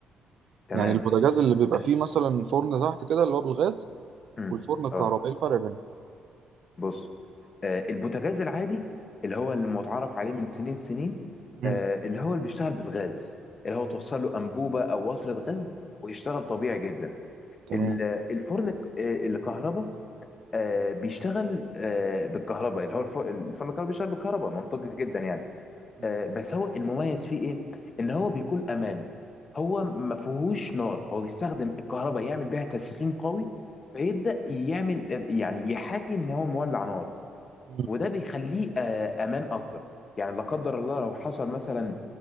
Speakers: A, on the left (about 40°); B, on the right (about 65°).
A: تمام
B: يعني البوتاجاز اللي بيبقى
A: آه،
B: فيه مثلا فرن تحت كده اللي هو بالغاز
A: أمم.
B: والفرن الكهرباء
A: اه
B: ايه الفرق بينهم
A: بص آه، البوتاجاز العادي اللي هو المتعارف عليه من سنين السنين
B: مم.
A: آه، اللي هو اللي بيشتغل بالغاز اللي هو توصل له انبوبه او وصله غاز ويشتغل طبيعي جدا
B: تمام
A: ال- الفرن الك- آه، الكهرباء آه، بيشتغل آه، بالكهرباء اللي هو الف- الفرن الكهرباء بيشتغل بالكهرباء منطقي جدا يعني
B: مم.
A: آه، بس هو المميز فيه ايه ان هو بيكون امان هو ما فيهوش نار هو بيستخدم الكهرباء يعمل بيها تسخين قوي فيبدأ يعمل يعني يحاكي ان هو مولع نار
B: مم.
A: وده بيخليه آه، امان اكتر يعني لا قدر الله لو حصل مثلا